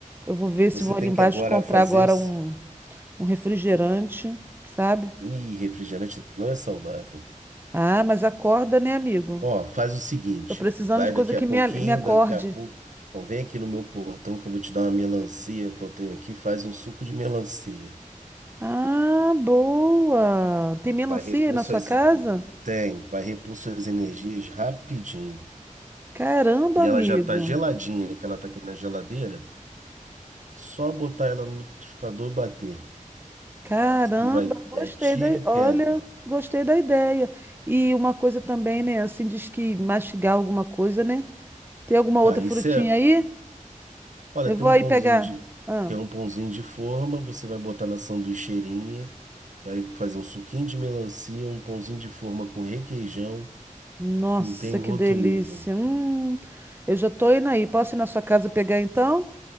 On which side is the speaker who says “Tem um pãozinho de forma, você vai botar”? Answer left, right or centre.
Right